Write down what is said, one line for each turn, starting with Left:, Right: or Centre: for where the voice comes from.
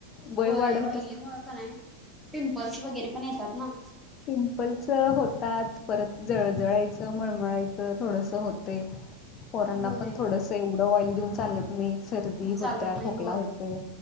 Left: वय
Centre: होय
Left: वाढल
Centre: ऑइली
Left: तस
Centre: मुळ का नाय पिंपल्स वगैरे पण येतात ना
Left: पिंपलच होतात परत जळजळायचं मळमळायच थोडस होते पोरांना
Centre: होय
Left: पण थोडस एवढं ऑइल देऊन चालत नाही सर्दी
Centre: चालत
Left: होत्या
Centre: नाही
Left: खोकला
Centre: होय
Left: होत